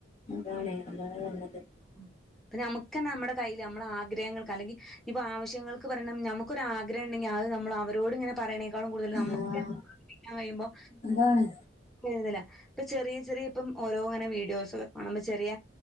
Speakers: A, on the left (about 40°); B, in the centre.
A: അതാണേ അതാണ് പറഞ്ത്-
B: ആഹ് ഞമ്മക്ക് തന്നെ നമ്മുടെ കയ്യിൽ നമ്മള ആഗ്രഹങ്ങൾക്ക് അല്ലെങ്കിൽ ഇപ്പൊ ആവശ്യങ്ങൾ ക്ക് പറയണം നമ്മക്കൊരു ആഗ്രം ഉണ്ടെങ്കിൽ അത് നമ്മൾ അവരോട് ഇങ്ങനെ പറയതിനേക്കാളും കൂടുതൽ നമുക്ക്തന്നെ
A: ആഹ്
B: കഴിയുമ്പോ
A: അതാണ്
B: <unintelligible> ഇപ്പൊ ചെറിയ ചെറിയ ഇപ്പം ഓരോ ഇങ്ങനെ വീഡിയോസോക്കെ കാണുമ്പോ ചെറിയ